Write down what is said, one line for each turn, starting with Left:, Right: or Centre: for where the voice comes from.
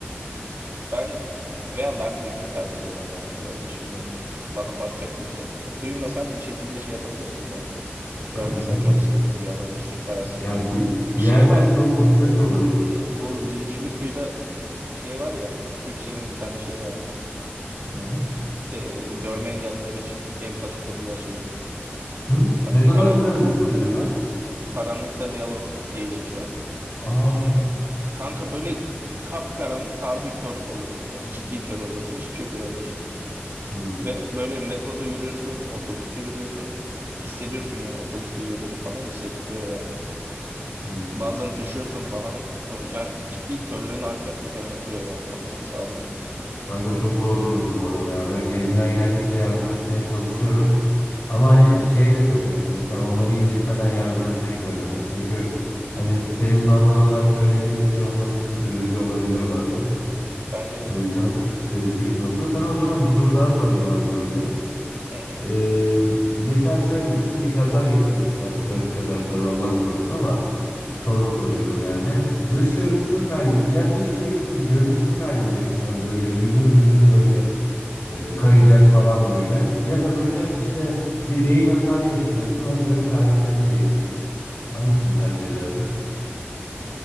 Right: ben veya ben duymayı tercih ederim ya. Görme şimdi bana bakacak kimse yok mesela. Duymasan bir şekilde şey yapabilirsin de görmesen
Left: Aynen öyle.
Right: çok sıkıntı. Görmem hiç bayağı sıkıntı.
Left: Ya bir, bir
Right: Şey
Left: yerde
Right: var
Left: çok muhtaç oluyorsun
Right: Ee,
Left: kanka.
Right: bu Zincirli Kuyu'da şey var ya Turkcell'in bir tane şeyi var.
Left: Ne?
Right: Ee, görme engelliler için empati kurma şeyi.
Left: Hı,
Right: Ka-
Left: ne kadar
Right: karan
Left: güzel bir proje lan.
Right: karanlıkta diyalog diye geçiyor.
Left: Aa.
Right: Şey kanka böyle kapkaranlık harbi kör oluyorsun yani ciddi kör oluyorsun hiçbir şey göremiyorsun.
Left: Hı,
Right: Ve böyle metroda yürüyorsun, otobüste yürüyorsun. Hissediyorsun yani otobüste yürüdüğünü falan hissettiriyor yani.
Left: hı,
Right: Bazen
Left: hı.
Right: düşüyorsun falan. O- Yani ciddi körlerin haline çok iyi anlatıyor yani anlamanı sağlıyor.
Left: Kanka çok zor bir durum bu arada ya. Ben elimden geldikçe yardım etmeye çalışıyorum. Ama hani şey de çok önemli. Mesela onları incitmeden yardım etmek de önemli. Çünkü hani senin normal olarak söylediğin bir şey onlar için üzücü olabiliyor bazen.
Right: Bence de.
Left: O yüzden kritik bir nokta. Sana o zaman bir soru daha sorayım abi böyle.
Right: Hı hı.
Left: Ee, mesela şöyle düşün bir kaza geçiriyorsun abi trafik kazası tabii Allah korusun ama soru soruyorum yani dış görünüşünü kaybı ya dış görünüşün görünüşünü kaybedeceksin abi böyle yüzün müzün böyle e, kayacak falan böyle ya da böyle işte bir beyin hasarı yaşayacaksın ve böyle karakterin değişecek. Hangisini tercih ederdin?